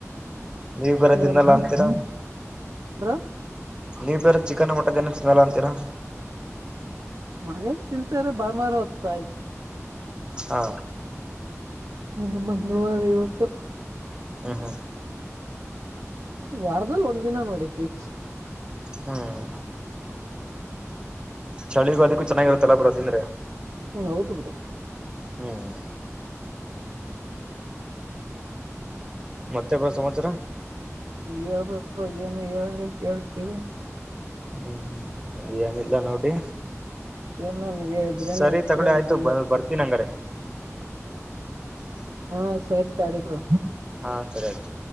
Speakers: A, on the right; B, on the right.
A: ನೀವ ಬರೋದನ್ನಲ್ಲ
B: ನೆನ್ಪು
A: ಅಂತೀರಾ
B: ಬ್ರೋ ಬ್ರೋ
A: ನೀವು ಬೇರೆ ಚಿಕನ್ ಮಟನ್ ಏನು ಸ್ಮಲ್ಲ ಅಂತೀರಾ
B: ಮನೇಲಿ ತಿಂತ್ರ ಬಾನುವರ ಹ ಹೊದ್ತ ಆಯ್ತು
A: ಹಾ
B: ಇನ್ನು ಮಂಗಳವಾರ ಇವತ್ತು
A: ಹ್ಮ ಹ್ಮ
B: ವಾರದಲ್ಲಿ ಒಂದ್ ದಿನ ನೋಡಿ ಫಿಕ್ಸ್
A: ಹ್ಮ್ ಚಳಿಗೂ ಅದಕ್ಕೂ ಚೆನ್ನಾಗಿರುತ್ತಲ್ಲ ಪ್ರತೀಂದ್ರೆ
B: ಹ್ಮ ಹೌದು ಬುರ
A: ಹ್ಮ್ ಮತ್ತೆ ಬರ ಸಂತ್ಸರ
B: ಈ ಹೇಳ್ಬೇಕ ಏನು ಹೇಳ್ರೆ ಕೇಳ್ತೀವಿ
A: ಹ್ಮ್ ಏನಿಲ್ಲ ನೋಡಿ
B: ಏನ ನೀವ್ ಹೇಳಿದ್ರೇನೋ
A: ಸರಿ ತಗೊಳ್ಳ
B: ಕೇಳ್ತೀವಿ
A: ಆಯ್ತು ಬ ಬರ್ತೀನ ಹಂಗಾರೆ ಹ್ಮ್
B: ಹಾ ಸರಿ ತಡಿ ಬ್ರೋ
A: ಹಾ ಸರಿ ಆಯ್ತು